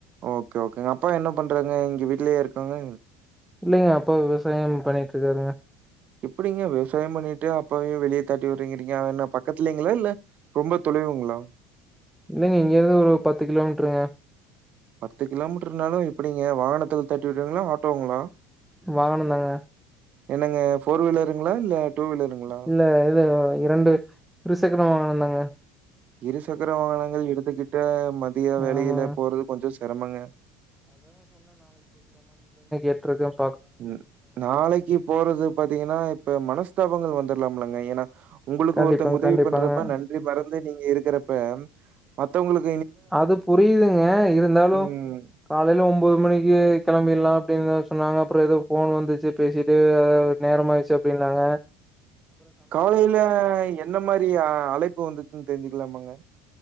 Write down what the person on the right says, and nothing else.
ஓகே ஓகேங்க. அப்பா என்ன பண்றாங்க இங்க வீட்லயே இருக்காங்க?
எப்பிடிங்க விவசாயம் பண்ணிட்டு அப்பாவயு வெளிய தாட்டி விடறீங்கறீங்க அது என்ன பக்கத்துலைங்களா இல்ல ரொம்ப தொலைவுங்களா?
பத்து கிலோமீட்டர்னாலு எப்பிடிங்க வாகனத்துல தாட்டி விடுவீங்களா ஆட்டோங்களா?
என்னங்க ஃபோர் வீலருங்களா இல்ல வீலருங்களா?
இருசக்கர வாகனங்கள் எடுத்துக்கிட்டா மதிய வேலையில
போறது கொஞ்ச சிரமங்க
ம் நாளைக்கு போறது பாத்தீங்கனா இப்ப மனஸ்தாபங்கள் வந்துடலாமல்ல வேணா உங்களுக்கு
ஒருத்தங்க உதவி
பண்றப்ப நன்றி மறந் வந்து நீங்க இருக்கிறப்ப மத்தவுங்ளுக்கு
ம்.
காலையில என்ன மாதிரி அ அழைப்பு வந்துச்சன்னு தெரிஞ்சுக்கலாமாங்க